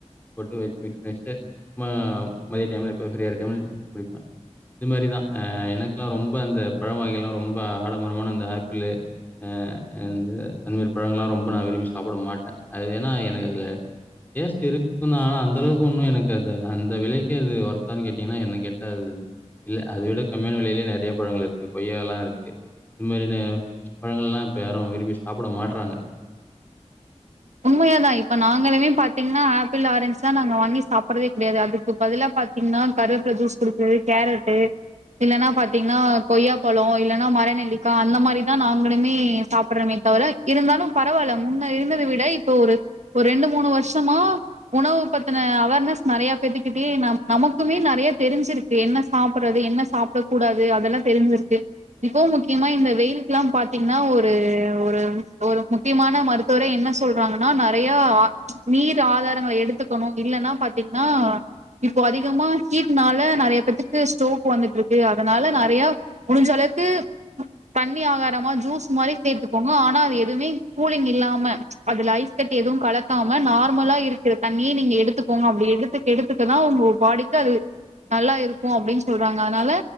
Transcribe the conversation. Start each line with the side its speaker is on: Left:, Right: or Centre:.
Left: போட்டு வச்சிட்டு மா மதிய டைமில எப்ப ஃபிரீயா டைம் ல குடிப்பே இது மாரிதா ஆ எனக்குலா ரொம்ப அந்த பழ வகைலா ரொம்ப ஆடம்பரமான அந்த ஆப்பிள் ஆ அந்தமாரி பழங்கலா ரொம்ப நா விரும்பி சாப்ட மாட்டே ஏன்னா எனக்கு அதுல டேஸ்ட் இருக்குந்தா ஆனா அந்த அளவுக்கு ஒண்ணு எனக்கு அது அந்த விலைக்கு அது ஒர்த்தான்னு கேட்டீங்கன்னா என்ன கேட்ட அது இல்ல அத விட கம்மியான விலையிலயே நிறைய பழங்கள் இருக்கு கொய்யா எல்லா இருக்கு இது மாரியான பழங்கள் எல்லா இப்ப யாரு விரும்பி சாப்பிட மாட்டறாங்க
Right: உண்மையா தா இப்ப நாங்களுமே பாத்தீங்கன்னா ஆப்பிள் ஆரஞ்ச் தா நா வாங்கி சாப்பிட்றதே கெடையாது அதுக்கு பதிலா பாத்தீங்கன்னா கருவேப்பில ஜூஸ் குடிக்கிறது கேரட் இல்லைன்னா பாத்தீங்கன்னா கொய்யா பழோ இல்லன்னா மரநெல்லிக்கா அந்த மாரி தா நாங்களுமே சாப்பிட்றமே தவிர இருந்தாலு பரவாயில்ல முன்ன இருந்தத விட இல்ல இப்ப ஒரு ரெண்டு மூணு வருஷமா உனவ பத்தின அவேர்னஸ் நெறையாபேத்துக்கிட்டேயே நம நமக்குமே நறையூ தெரிஞ்சிருக்கு என்ன சாப்புட்றது என்ன சாப்ட கூடாது அதெலா தெரிஞ்சுருக்கு இப்போ முக்கியமா இந்த வெயில்க்குலா பாத்திங்கனா ஒரு ஒரு ஒரு முக்கியமான மருத்துவரே என்ன சொ சொல்றாங்கன்னா நெறையா நீர் ஆதாரங்கள எடுத்துக்கணு இல்லைன்னா பாத்தீங்கன்னா இப்போ அதிகமா ஹீட்னால நெறையா பேத்துக்கு ஸ்டோக் வந்துட்டு இருக்கு அதனால நெறையா முடிஞ்ச அளவுக்கு தண்ணி ஆகாரமா ஜூஸ் மாரி சேர்த்துக்கோங்க ஆனா அது எதுவுமே கூலிங் இல்லாம அதுல ஐஸ் கட்டி எதுவு கலக்காம நார்மலா இருக்கிற தண்ணிய நீங்க எடுத்துக்கோங்க அப்படி எடுத்துக்க எடுத்துக்க தா உங்க பாடிக்கு அது நல்லா இருக்கு அப்டின்னு சொல்றாங்க அதனால